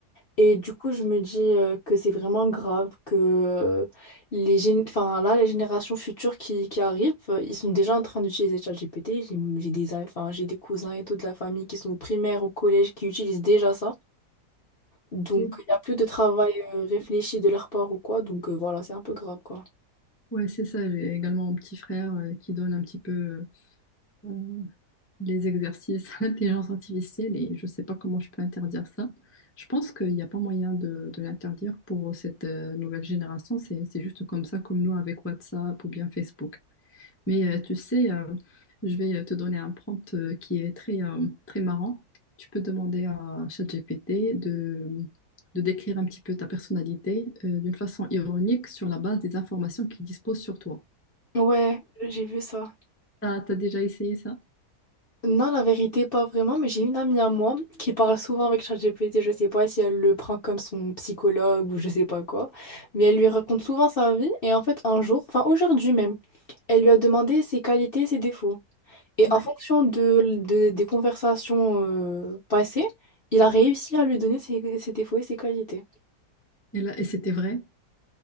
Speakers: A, on the left; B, on the left.
A: Et du coup, je me dis euh, que c'est vraiment grave que euh, les gén- enfin, là, les générations futures qui, qui arrivent, euh, ils sont déjà en train d'utiliser ChatGPT. J'ai j'ai des, a- enfin, j'ai des cousins et toute la famille qui sont au primaire, au collège, qui utilisent déjà ça. Donc,
B: Oui.
A: il n'y a plus de travail euh, réfléchi de leur part ou quoi. Donc, euh, voilà, c'est un peu grave, quoi.
B: Ouais, c'est ça. J'ai également mon petit frère euh, qui donne un petit peu euh, les exercices <laughs> à l'intelligence artificielle et je sais pas comment je peux interdire ça. Je pense qu'il n'y a pas moyen de, de l'interdire pour cette euh, nouvelle génération. C'est, c'est juste comme ça, comme nous avec WhatsApp ou bien Facebook. Mais euh, tu sais, euh, je vais euh, te donner un prompt euh, qui est très, euh, très marrant. Tu peux demander à ChatGPT de, de décrire un petit peu ta personnalité euh, d'une façon ironique sur la base des informations qu'il dispose sur toi.
A: Ouais, j'ai vu ça.
B: Ah, t'as déjà essayé ça?
A: Non, la vérité, pas vraiment, mais j'ai une amie à moi qui parle souvent avec ChatGPT, je sais pas si elle le prend comme son psychologue ou je sais pas quoi, mais elle lui raconte souvent sa vie et en fait un jour, enfin aujourd'hui même, elle lui a demandé ses qualités, ses défauts. Et
B: Ouais.
A: en fonction de, de- des conversations euh, passées, il a réussi à lui donner ses, ses défauts et ses qualités.
B: Et là, et c'était vrai?